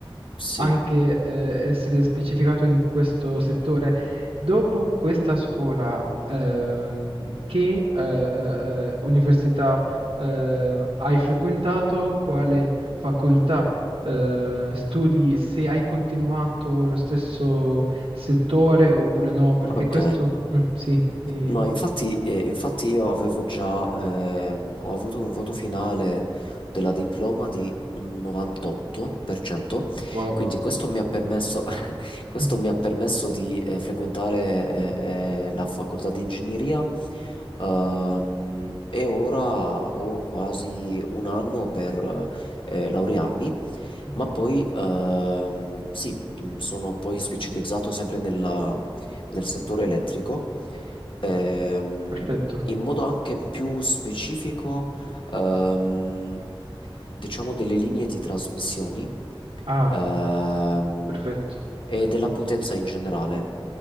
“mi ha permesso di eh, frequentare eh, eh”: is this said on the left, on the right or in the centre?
Left